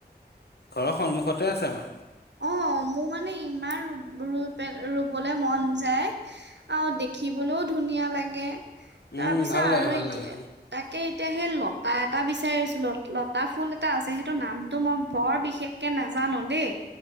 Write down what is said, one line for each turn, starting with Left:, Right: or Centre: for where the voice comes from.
Left: ঘৰৰ সন্মুখতে আছে আমাৰ।
Right: অ' মোৰ মানে ইমান ই ৰু পেল ৰুবলৈ মন যায় আৰু দেখিবলৈওঁ ধুনীয়া লাগে।
Left: উম,
Right: তাৰপিছত
Left: ভাল লাগে
Right: আৰু
Left: ভাল
Right: এতিয়া,
Left: লাগে
Right: তাকে এতিয়া সেই লতা এটা বিচাৰি আছোঁ লতা ফুল এটা আছে সেইটো নামটো মই বৰ বিশেষ নাজানো দেই